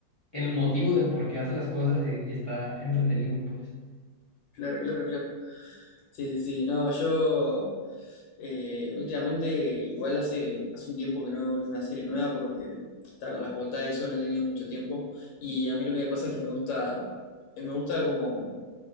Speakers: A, on the left; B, on the left.
A: el motivo del por qué hace las cosas y, y está entretenido, pues.
B: claro, claro, claro. Sí, sí, sí, no, yo eh, últimamente, igual hace, hace un tiempo que no veo ninguna serie nueva porque está con la facultad y eso, no he tenido mucho tiempo. Y a mí lo que me pasa es que me gusta, eh, me gusta como